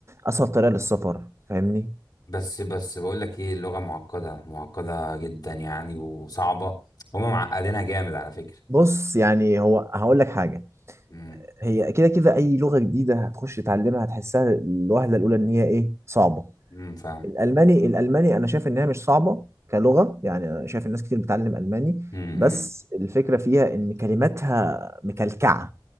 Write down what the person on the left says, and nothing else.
بس بس بقول لك ايه اللغة معقدة معقدة جدا يعني وصعبة هما معقدينها جامد على فكرة
امم
امم فاهم
امم